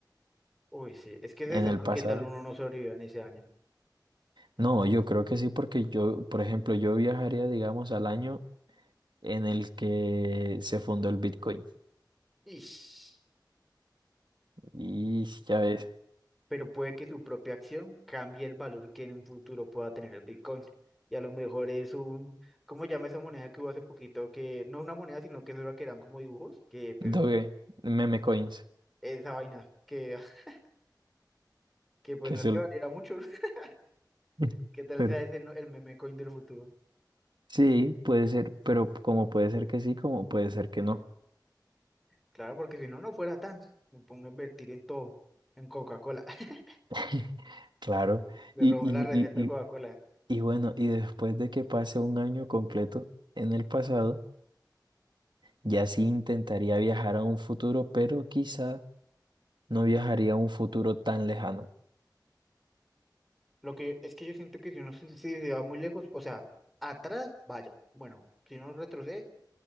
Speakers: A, in the centre; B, on the right.
A: Uy, sí, es que es
B: En
A: esa,
B: el
A: ¿no?
B: pasado.
A: ¿Qué tal uno no sobrevivió en ese año?
B: No, yo creo que sí, porque yo, por ejemplo, yo viajaría, digamos, al año en el que se fundó el Bitcoin.
A: Ish.
B: Y ya ves,
A: Pero puede que su propia acción cambie el valor que en un futuro pueda tener el Bitcoin. Y a lo mejor es un, ¿cómo llama esa moneda que hubo hace poquito? Que no una moneda, sino que solo que eran como dibujos, que pues
B: Doge, meme coins,
A: esa vaina, que, <laughs> que pues
B: que
A: no
B: es
A: es
B: el...
A: que valiera mucho. <laughs>
B: <laughs>
A: ¿Qué tal
B: Pero
A: sea ese no- el meme coin del futuro?
B: sí, puede ser, pero como puede ser que sí, como puede ser que no.
A: Claro, porque si no, no fuera tan. Me pongo a invertir en todo, en Coca-Cola. <laughs>
B: <laughs> Claro.
A: Le
B: y
A: robó
B: Y,
A: la receta a Coca-Cola.
B: Y bueno, y después de que pase un año completo en el pasado, ya sí intentaría viajar a un futuro, pero quizá no viajaría a un futuro tan lejano.
A: Lo que es que yo siento que si uno se, si se va muy lejos, o sea, atrás, vaya. Bueno, si uno retrocede,